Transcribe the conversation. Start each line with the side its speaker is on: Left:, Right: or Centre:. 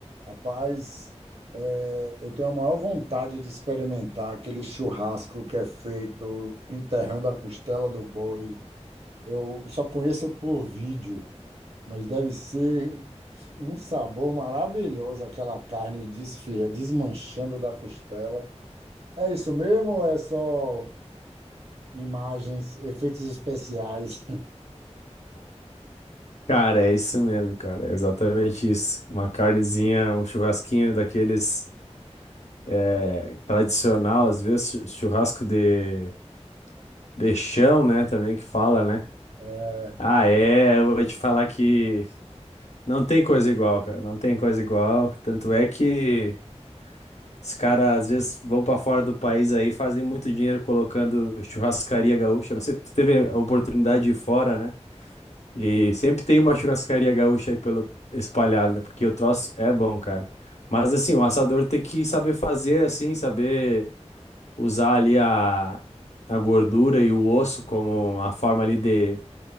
Right: Rapaz, é, eu tenho a maior vontade de experimentar aquele churrasco que é feito enterrando a costela do boi. Eu só conheço por vídeo, mas deve ser um sabor maravilhoso aquela carne desfia, desmanchando da costela. É isso mesmo ou é só imagens, efeitos especiais? <laughs>
Left: Cara, é isso mesmo, cara. É exatamente isso. Uma carnezinha, um churrasquinho daqueles é, tradicional, às vezes chu- churrasco de, de chão, né? Também que fala, né?
Right: É,
Left: Ah, é. Eu vou te falar que não tem coisa igual, cara. Não tem coisa igual. Tanto é que os caras, às vezes, vão pra fora do país aí, fazem muito dinheiro colocando churrascaria gaúcha. Não sei se tu teve a oportunidade de ir fora, né? E sempre tem uma churrascaria gaúcha aí pelo espalhada, porque o troço é bom, cara. Mas assim, o assador tem que saber fazer assim, saber usar ali a, a gordura e o osso como uma forma ali de,